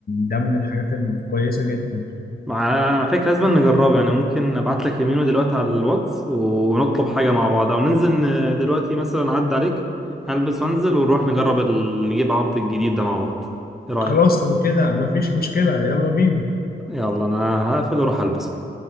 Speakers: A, on the left (about 55°); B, in the centre.
A: ده من الحاجات الكويسة جدا
B: مع على فكرة لازم نجربه يعني ممكن ابعت لك يمينه دلوقتي على الواتس ونطلب حاجة مع بعض او ننزل ن- دلوقتي مثلا عدى عليك هلبس وانزل ونروح نجرب ال... نجيب عرض الجديد ده مع بعض ايه رأيك
A: وخلاص لو كده مفيش مشكلة يلا بينا
B: يلا انا هقفل واروح البس